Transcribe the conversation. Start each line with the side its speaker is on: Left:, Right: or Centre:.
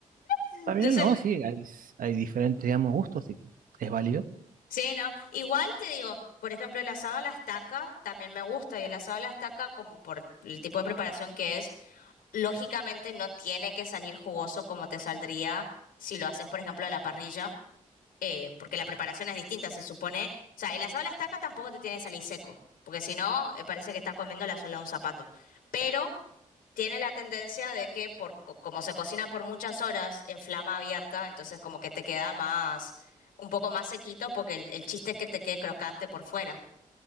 Left: <laughs>
Right: Está bien,
Left: Yo sé.
Right: ¿no? Sí, hay, hay diferentes, digamos, gustos, así que es válido.
Left: Sí, ¿no? Igual te digo, por ejemplo, el asado a la estaca también me gusta y el asado a la estaca, como por el tipo de preparación que es, lógicamente no tiene que salir jugoso como te saldría si lo haces, por ejemplo, a la parrilla, eh, porque la preparación es distinta, se supone. O sea, el asado a la estaca tampoco te tiene que salir seco, porque si no, eh, parece que estás comiendo la suela de un zapato. Pero tiene la tendencia de que por, co- como se cocina por muchas horas en flama abierta, entonces como que te queda más, un poco más sequito porque el, el chiste es que te quede crocante por fuera,